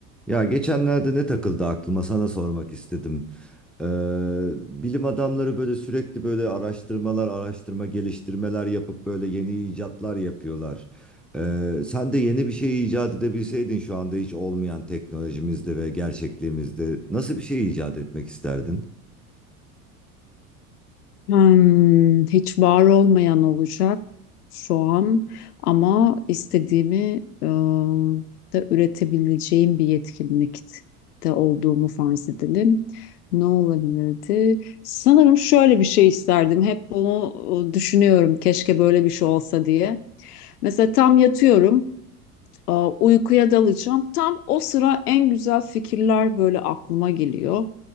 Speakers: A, in the centre; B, on the left.
A: Ya geçenlerde ne takıldı aklıma sana sormak istedim. Ee, bilim adamları böyle sürekli böyle araştırmalar, araştırma geliştirmeler yapıp böyle yeni icatlar yapıyorlar. Ee, sen de yeni bir şey icat edebilseydin şu anda hiç olmayan teknolojimizde ve gerçekliğimizde nasıl bir şey icat etmek isterdin?
B: Hmm, hiç var olmayan olacak şu an ama istediğimi e, da üretebileceğim bir yetkinlikte olduğumu farz edelim. Ne olabilirdi? Sanırım şöyle bir şey isterdim. Hep bunu e, düşünüyorum. Keşke böyle bir şey olsa diye. Mesela tam yatıyorum, e, uykuya dalacağım. Tam o sıra en güzel fikirler böyle aklıma geliyor.